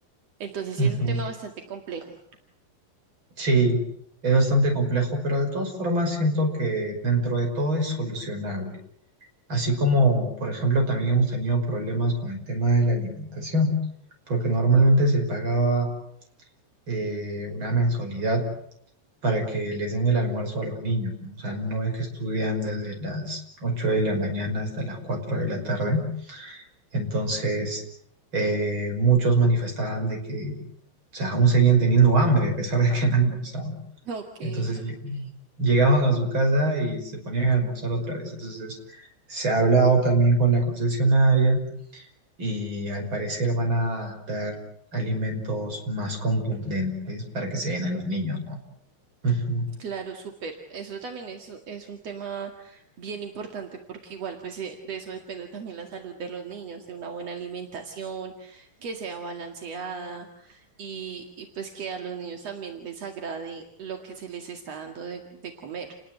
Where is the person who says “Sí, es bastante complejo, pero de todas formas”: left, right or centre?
Right